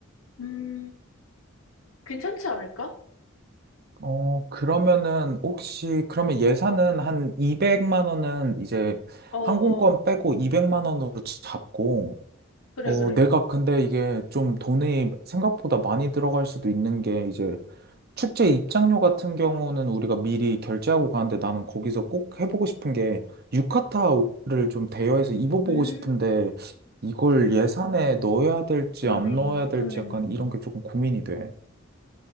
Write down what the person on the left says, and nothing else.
음, 괜찮지 않을까?
어, 어,
그래,
그래.
음,
좋네,
좋네,
좋네.